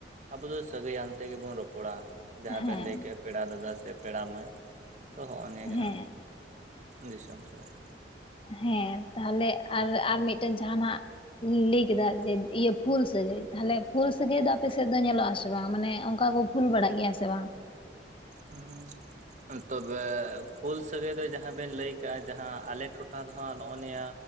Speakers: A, on the right (about 40°); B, on the left (about 30°).
A: ᱟᱵᱚ ᱫᱚ ᱥᱟᱹᱜᱟᱹᱭ ᱟᱱ ᱛᱮᱜᱮ ᱵᱚᱱ ᱨᱚᱯ ᱯᱚᱲᱟ ᱡᱟᱦᱟᱸ
B: ᱦᱮᱸ
A: ᱵᱮᱱ ᱞᱟᱹᱭ ᱠᱮᱜ-ᱟ ᱯᱮᱲᱟ ᱫᱟᱫᱟ ᱥᱮ ᱯᱮᱲᱟ ᱢᱟᱹᱭ, ᱛᱚ ᱦᱚᱜ-ᱚ ᱱᱤᱭᱟᱹ ᱜᱮ
B: ᱦᱮᱸ
A: ᱦᱟᱸᱜ᱾ ᱫᱤᱥᱚᱢ ᱥᱟᱹᱜᱟᱹᱭ᱾
B: ᱦᱮᱸ ᱛᱟᱦᱚᱞᱮ ᱟᱨ ᱟᱨ ᱢᱤᱫᱴᱮᱱ ᱡᱟᱦᱟᱸ ᱱᱟᱜ ᱞᱤᱧ ᱞᱟᱹᱭ ᱠᱮᱫᱟ, ᱡᱮ ᱤᱭᱟᱹ ᱯᱷᱩᱞ ᱥᱟᱹᱜᱟᱹᱭ, ᱛᱟᱦᱞᱮ ᱯᱷᱩᱞ ᱥᱟᱹᱜᱟᱹᱭ ᱫᱚ ᱟᱯᱮ ᱥᱮᱫ ᱫᱚ ᱧᱮᱞᱚᱜ ᱟᱥᱮ ᱵᱟᱝ, ᱢᱟᱱᱮ ᱚᱱᱠᱟ ᱠᱚ ᱯᱷᱩᱞ ᱵᱟᱲᱟᱜ ᱜᱮᱭᱟ ᱥᱮ ᱵᱟᱝ?
A: <inaudible> ᱦᱩᱸ ᱛᱚᱵᱮ ᱯᱷᱩᱞ ᱥᱟᱹᱜᱟᱹᱭ ᱫᱚ ᱡᱟᱸᱦᱟᱸ ᱵᱮᱱ ᱞᱟᱹᱭ ᱠᱟᱜᱼᱟ ᱡᱟᱸᱦᱟᱸ ᱟᱞᱮ ᱴᱚᱴᱷᱟ ᱫᱚ ᱦᱟᱸᱜ ᱱᱚᱜᱼᱚ ᱱᱤᱭᱟᱹ